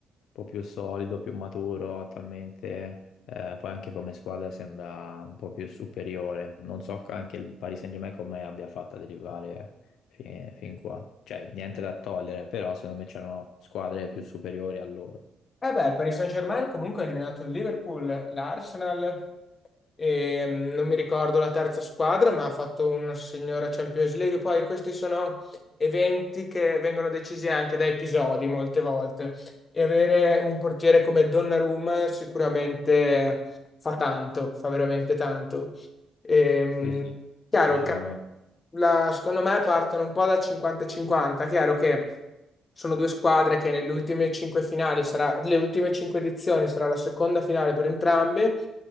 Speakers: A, on the left (about 75°); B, on the left (about 30°).
A: po' più solido, più maturo attualmente. Eh, poi anche come squadra sembra un po' più superiore. Non so anche il Paris Saint-Germain come abbia fatto ad arrivare fi- fin, qua. Cioè, niente da togliere, però secondo me c'erano squadre più superiori a loro.
B: Eh beh, il Paris Saint-Germain comunque ha eliminato il Liverpool, l'Arsenal. e mh, non mi ricordo la terza squadra, ma ha fatto una signora Champions League. Poi questi sono eventi che vengono decisi anche da episodi molte volte e avere un portiere come Donnarumma sicuramente fa tanto, fa veramente tanto. Ehm,
A: Sì, sì,
B: chiaro,
A: decisamente.
B: ca- la- secondo me partono un po' da 50-50. Chiaro che sono due squadre che nelle ultime cinque finali sarà, le ultime cinque edizioni sarà la seconda finale per entrambe.